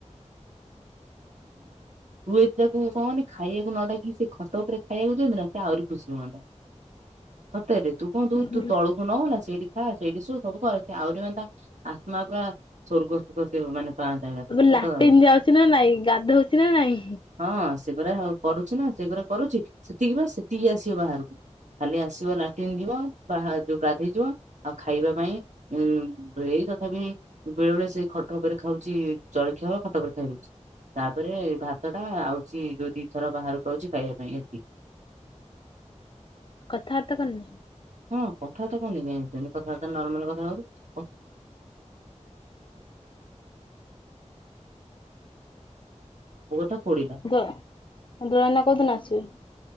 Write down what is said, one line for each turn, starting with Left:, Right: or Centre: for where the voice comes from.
Right: ତୁ ଦି ତାକୁ କହନି ଖାଇବାକୁ ନ ଡ଼ାକି, ସେ ଖଟ ଉପରେ ଖାଇବାକୁ ଦିଅନ୍ତୁ ନା। ସେ ଆହୁରି ଖୁସି ହୁଅନ୍ତା। ସତରେ ତୁ କୁହନ୍ତୁ
Left: ହୁଁ ହୁଁ
Right: ତୁ <inaudible> <inaudible> ଏକାଥରେ
Left: ଆବେ
Right: ସତ
Left: ଲାଟିନ୍
Right: କଥା କହୁଛି।
Left: ଯାଉଚି ନା ନାଇଁ, ଗାଧଉଚି ନା ନାଇଁ?
Right: ହଁ, ସେଗୁରା କରୁଚି ନା ସେଗୁୁରା କରୁଚି। ସେତିକି ବା ସେତିକି ଆସିବ ବାହାରୁକୁ। ଖାଲି ଆସିବ ଲାଟିନ୍ ଯିବ, ହା ଯଉ ଗାଧେଇ ଯିବ। ଆଉ ଖାଇବା ପାଇଁ ଉଁ, ବ୍ରେଇ ତଥାବି ବେଳେ ବେଳେ ସେଇ ଖଟ ଉପେରେ ଖାଉଚି, ଜଳିଖିଆ ଖଟ ଉପରେ ଖାଇ ଦଉଚି। ତା'ପରେ ଭାତ ଟା ଆଉଚି, ଦି ଥର ବାହାରକୁ ଆଉଚି ଖାଇବା ପାଇଁ। ଏତି
Left: କଥାବାର୍ତ୍ତା କ--ନି।
Right: ହଁ, କଥାବାର୍ତ୍ତା କରୁନି କାଇଁ କଥାବାର୍ତ୍ତା ନର୍ମାଲ୍ କଥା ହଉଚି। କଥା <inaudible>
Left: <inaudible>